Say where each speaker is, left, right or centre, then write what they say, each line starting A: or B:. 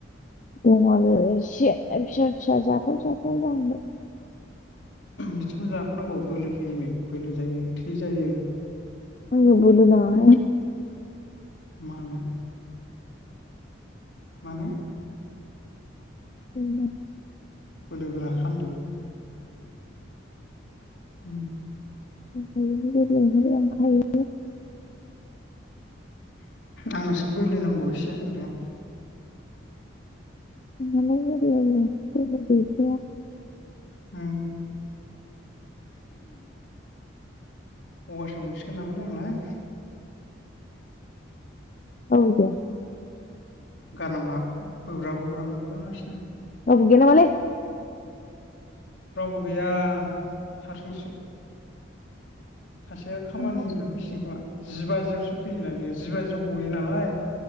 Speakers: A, on the left; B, on the left.
A: दंङ आरो एसे फिसा फिसा जाथाव जाथाव जांहांबाय।
B: बिदिखौनो जाखानांगौ बोलो फैयोनो बोलो जायो थै जायो।
A: आंनो बोलो नाङा हाइ।
B: मानो? मानो?
A: दंखायोनो
B: बोलोगोरा खामदो। उम
A: <unintelligible>
B: आंनोसो बोलो नांगौ एसे होनदों।
A: नोंहालाय गोरलैनो <unintelligible>
B: उम ग‌गासो मोनसिगोन नामालै आंलाय।
A: औ दे।
B: गारामा बोब्रा बोब्रा मोनगासिनो।
A: रावबो गैया नामालै?
B: रावबो गैया हारसिंसो। सासेआ खामानिनिफ्राय
A: नोंहासो
B: फैसिगोन खोमा। जिबा जियावसो फैयोना बेयो जिबा जियाव गयो नालाय